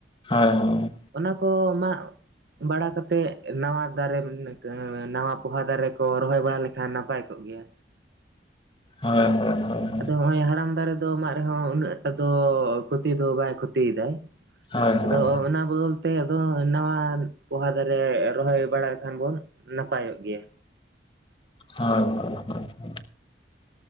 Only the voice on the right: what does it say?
ᱚᱱᱟ ᱠᱚ ᱢᱟᱜᱽ ᱵᱟᱲᱟ ᱠᱟᱛᱮᱫ ᱱᱟᱣᱟ ᱫᱟᱨᱮ ᱱᱟᱣᱟ ᱯᱚᱦᱟ ᱫᱟᱨᱮ ᱠᱚ ᱨᱚᱦᱚᱭ ᱵᱟᱲᱟ ᱞᱮᱠᱷᱟᱱ ᱱᱟᱯᱟᱭ ᱠᱚᱜ ᱜᱮᱭᱟ᱾
ᱟᱫᱚ ᱦᱚᱸᱜᱼᱚᱭ ᱦᱟᱲᱟᱢ ᱫᱟᱨᱮ ᱫᱚ ᱢᱟᱜ ᱨᱮᱦᱚᱸ ᱩᱱᱟᱹᱜ ᱴᱟᱜ ᱫᱚ ᱠᱷᱚᱛᱤ ᱫᱚ ᱵᱟᱭ ᱠᱷᱚᱛᱤᱭᱮᱫᱟᱭ᱾
ᱟᱫᱚ
ᱚᱱᱟ ᱵᱚᱫᱚᱞ ᱛᱮ ᱫᱚ ᱱᱟᱣᱟ ᱯᱚᱦᱟ ᱫᱟᱨᱮ ᱨᱚᱦᱚᱭ ᱵᱟᱲᱟᱭ ᱠᱷᱟᱱ ᱵᱚᱱ ᱱᱟᱯᱟᱭᱚᱜ ᱜᱮᱭᱟ᱾